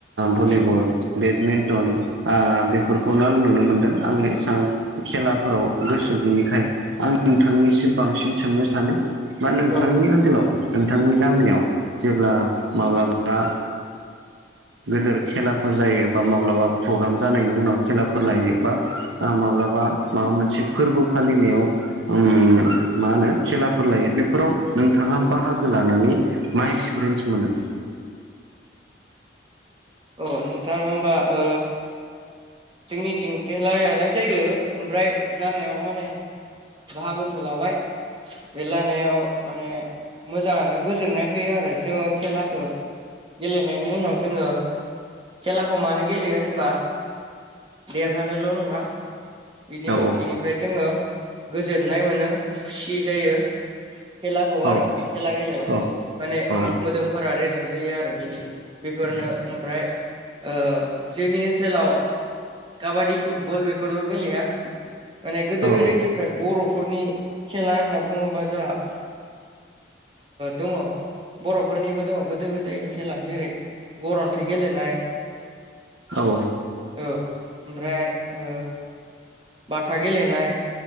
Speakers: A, on the right; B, on the right.
A: भलिबल
B: उम
A: बेडमिन्टन ओ बेफोरखौनो आं नुनो मोनदों आङो एसेबां खेलाफोराव गोसो गैयैखाय आं नोंथांनिसिम बांसिन सोंनो सानो बा नोंथांनि
B: औ
A: ओनसोलाव नोंथांनि गामियाव जेब्ला माब्लाबा गेदेर खेलाफोर जायो बा माब्लाबा प्रग्राम जानायनि उनाव खेलाफोर लायो बा माब्लाबा बा माबा मोनसे फोरबो फालिनायाव ओम मा होनो खेलाफोर लायो बेफोराव नोंथाङा बाहागो लानानै मा एक्सपिरियेन्स मोनो <inaudible>
B: अ नोंथां होमबा ओ जोंनिथिं खेलायालाय जायो ओमफ्राय जानायाव माने बाहागोथ लाबाय बे लानायाव माने मोजाङानो गोजोननाय फैयो आरो जोङो खेलाखौ गेलेनायनि उनाव जोङो खेलाखौ मानो गेलेयो होनबा देरहानोल' नङा। बिनि
A: औ
B: बिनिफ्राय जोङो गोजोननाय मोनो खुसि जायो। खेलाखौ आरो
A: औ
B: खेला गेलेबा
A: औ
B: माने
A: औ
B: मोदोमफोरा रेजें जायो आरो बेफोरनो ओमफ्राय ओ जोंनि ओनसोलाव काबादि फुटबल बेफोरल' गेलेया माने गोदो
A: औ
B: गोदायनिफ्राय बर'फोरनि खेला होनना बुङोबा जोंहा दङ' बर'फोरनिबो दङ गोदो गोदायनि खेला जेरै गर अ- नाथाइ गेलेनाय
A: औ
B: औ ओमफ्राय ओ बाथा गेलेनाय